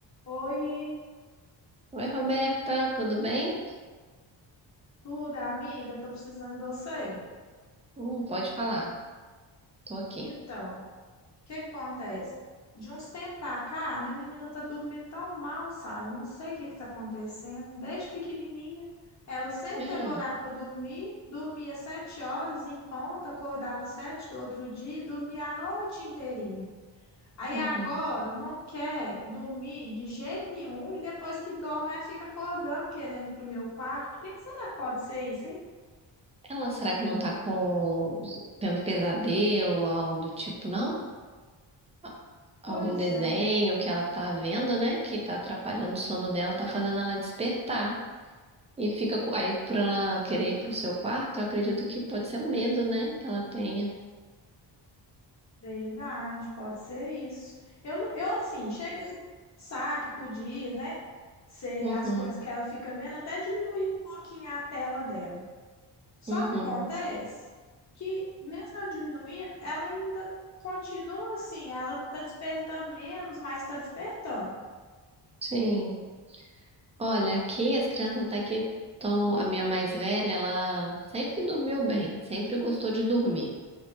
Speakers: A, on the left; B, on the right.
A: Oi,
B: Oi, Roberta, tudo bem?
A: tudo, amiga? Tô precisando de você.
B: Hum, pode falar, tô aqui.
A: Então, o que que acontece? De uns tempos pra cá, minha menina tá dormindo tão mal, sabe? Eu não sei o que que tá acontecendo. Desde pequenininha, ela sempre
B: Hum,
A: teve horário para dormir, dormia sete horas em ponta, acordava sete do outro dia, e dormia a noite inteirinha. Aí
B: uhum.
A: agora não quer dormir de jeito nenhum e depois que dorme, ela fica acordando, querendo ir pro meu quarto. O que que será que pode ser isso, hein?
B: Ela, será que não tá com tendo pesadelo ou algo do tipo, não? A- Algum
A: Pois
B: desenho
A: é,
B: que ela tá vendo, né? Que tá atrapalhando o sono dela, tá fazendo ela despertar. E fica com... aí por ela querer ir pro seu quarto, eu acredito que pode ser um medo, né? Que ela tenha.
A: Verdade, pode ser isso. Eu, não- eu assim, cheguei a pensar que podia, né? Ser
B: Uhum,
A: as coisas que ela fica vendo, até diminuir um pouquinho a tela dela. Só
B: uhum.
A: que acontece que, mesmo eu diminuindo, ela ainda continua assim, ela tá despertando menos, mas tá despertando.
B: Sim. Olha, aqui as crianças até que estão. A minha mais velha, ela sempre dormiu bem, sempre gostou de dormir.